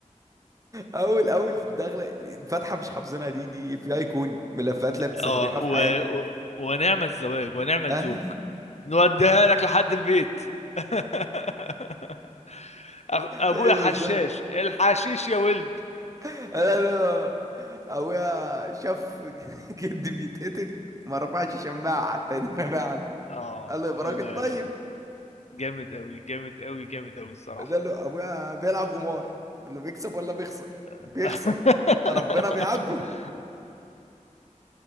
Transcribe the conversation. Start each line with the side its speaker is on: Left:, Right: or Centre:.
Right: اول اول دخله فاتحه مش حافظينها دي دي في ايقوني ملفات لا بتستخدمها
Left: اه و...
Right: في حياتك
Left: و... ونعمه الزواج ونعمه
Right: <laughs>
Left: الزوج نوديها لك لحد البيت <laughs> أخ- ابويا
Right: ايوه
Left: حشاش
Right: بالظبط
Left: الحشيش يا ولد
Right: انا انا ابويا شاف <laughs> جدي بيتقتل ما رفعش شماعه حتى ينفع عنه
Left: اه
Right: قال له يا راجل
Left: لا
Right: طيب
Left: لا جامد قوي جامد قوي جامد قوي الصراحه
Right: قال له ابويا بيلعب قمار اللي بيكسب ولا بيخسر
Left: <laughs>
Right: بيخسر يبقى ربنا بيعاقبه